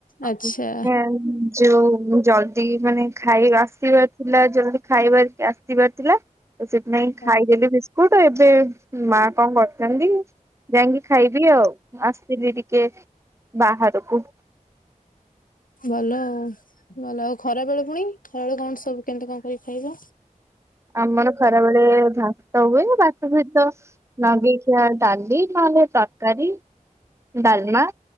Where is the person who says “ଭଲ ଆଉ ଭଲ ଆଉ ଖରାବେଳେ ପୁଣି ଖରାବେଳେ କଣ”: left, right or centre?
Left